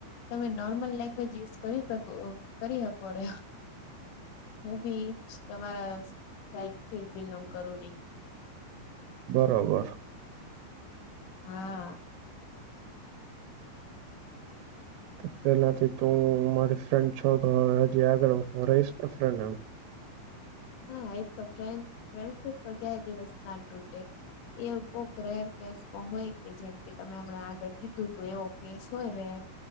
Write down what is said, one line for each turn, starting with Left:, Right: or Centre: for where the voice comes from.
Left: તમે નોર્મલ લેંગ્વેજ યુઝ કરી શકો કરી શકો રે. હું બી તમારા સાઈડ થી બિલોંગ કરું રહી. <inaudible>
Right: બરોબર.
Left: હા.
Right: તો પેલાથી તો હું મારી ફ્રેન્ડ છો તો હવે હજી આગળ રહીશ ને ફ્રેડ એમ.
Left: હા એ તો ફ્રેન્ડ ફ્રેન્ડશિપ તો કાય દિવસ ના ટુટે. એ કોક રેર કેસમાં હોય કે જેમ કે તમે હમણાં આગળ કીધું તો એવો કેસ હોય રેર.